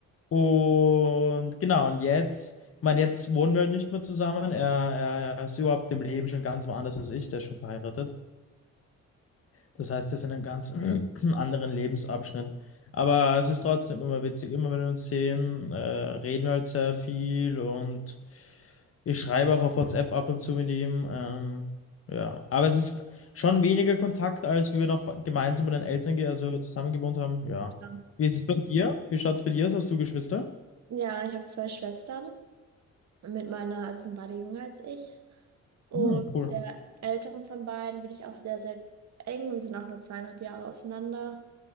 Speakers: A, on the left (about 50°); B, on the right (about 60°).
A: Und genau, und jetzt, ich meine, jetzt wohnen wir halt nicht mehr zusammen. Er, er, er ist überhaupt im Leben schon ganz woanders als ich, der ist schon verheiratet. Das heißt, das ist in einem ganz <clears throat> anderen Lebensabschnitt. Aber es ist trotzdem immer witzig. Immer wenn wir uns sehen, äh, reden wir halt sehr viel und ich schreibe auch auf WhatsApp ab und zu mit ihm. Ähm, ja, aber es ist schon weniger Kontakt, als wie wir noch gemeinsam mit den Eltern, ge- also zusammen gewohnt haben. Ja.
B: ja.
A: Wie ist es bei dir? Wie schaut es bei dir aus? Hast du Geschwister?
B: Ja, ich habe zwei Schwestern. Mit meiner, also sind beide jünger als ich. Und
A: Hm, cool.
B: der älteren von beiden bin ich auch sehr, sehr eng. Wir sind auch nur zweieinhalb Jahre auseinander.